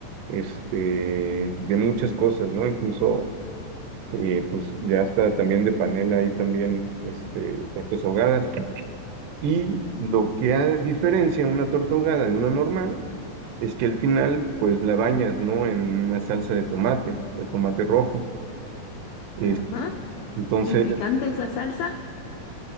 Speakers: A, on the right (about 80°); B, on the left (about 85°).
A: este, de muchas cosas, ¿no? Incluso eh, pues ya está también de panela ahí también este, tortas ahogadas. Y lo que ha- diferencia una torta ahogada de una normal es que al final pues la bañas, ¿no? En una salsa de tomate, de tomate rojo. Es-
B: ajá.
A: entonces
B: ¿Es picante esa salsa?